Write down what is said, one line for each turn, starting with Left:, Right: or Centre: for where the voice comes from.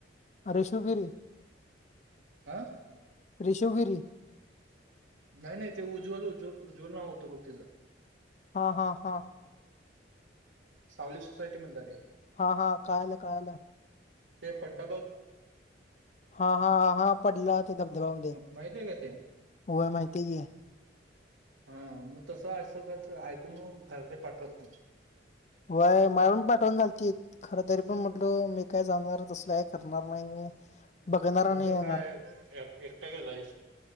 Left: आरे शिवगिरी.
Right: आं!
Left: अरे शिवगिरी.
Right: नाही नाही ते उज्वल, उज्वल, उज्वल नाव होत बघ तेचं.
Left: हा हा हा!
Right: सावली सोसायटी मधला रे.
Left: हा हा कळालं, कळालं.
Right: ते पडलं बघ.
Left: हा हा हा पडला ते धबधब्यामदे
Right: माहित आहे का ते
Left: व्हयं माहिती की.
Right: हा म तसं अस कसं ऐकून घरचे पाठवत नही.
Left: व्हयं मारून पाठवून घालती. खरं तरी पण म्हटलं मी काय जाणार तसलयं करणार नाही मी. बघणार
Right: तू
Left: नाही
Right: तर
Left: येणार
Right: काय एक एकटा गेलायस.